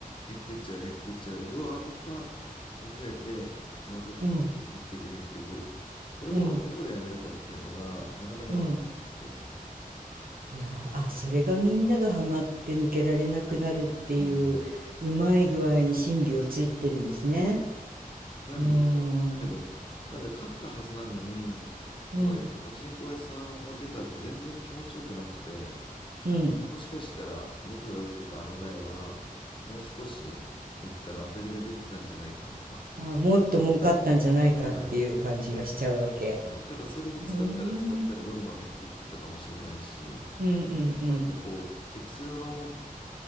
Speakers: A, on the left (about 35°); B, on the right (about 80°).
A: 減ってっちゃう、減ってっちゃう。で、うわ、当たった。で、増えて、で、また次、
B: うん。
A: 減っていく、減っていく。これをどこでやめるかっていうのが、
B: うん。
A: なかなか難しくてですね。
B: うん。いやー、あ、それがみんながハマって抜けられなくなるっていう、
A: うん。
B: うまい具合に心理をついてるんですね。
A: なんで、
B: うーん。
A: そうなんですけど、なんで、勝ったはずなのに、すごい、
B: うん。
A: パチンコ屋さんを出た後、全然気持ちよくなくて、
B: うん。
A: もしかしたら、僕が打ってたあの台は、もう少し打ったら当たりが出てたんじゃないかとか、
B: ああ、もっと儲かったんじゃないかっていう感じがしちゃうわけ。
A: はい、はい、はい。ただ、それで使ったら使ったら、
B: うーん、
A: どんどん減ってってたかもしれないし、
B: うんうんうん
A: なんかこう、結論、